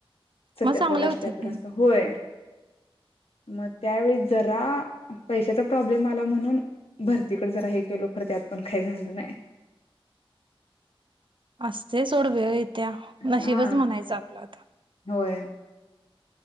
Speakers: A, on the left; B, on the right.
A: सत्याहत्तर,
B: मग चांगले
A: अष्टयाहत्तर
B: होते की
A: असं होय. मग त्यावेळी जरा पैशाचा प्रॉब्लेम आला म्हणून, भरतीकडे जरा हे केलो खरं त्यात पण काय झालं न्हाय.
B: असतं सोडगं. त्या नशीबच
A: हा
B: म्हणायचं आपलं आता.
A: होय